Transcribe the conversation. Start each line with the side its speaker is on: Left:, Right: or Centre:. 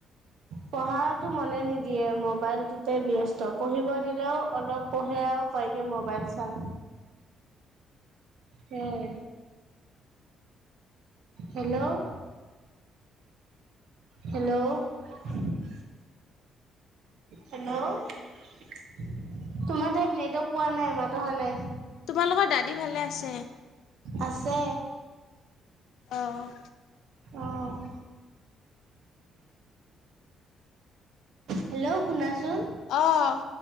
Right: পঢ়াটো মনে নিদিয়ে মোবাইলটোতে ব্য্স্ত পঢ়িব দিলেও অলপ পঢ়েও ক ম'বাইল চাম। উম। হেল্ল' হেল্ল' হেল্ল' তোমাৰ ঠাইত নেটৱৰ্ক পোৱা নাই মাত অহা নাই।
Left: তোমালোকৰ দাদী ভালে আছে।
Right: আছে
Left: আহ
Right: অঁ হেল্ল' শুনাচোন
Left: অঁ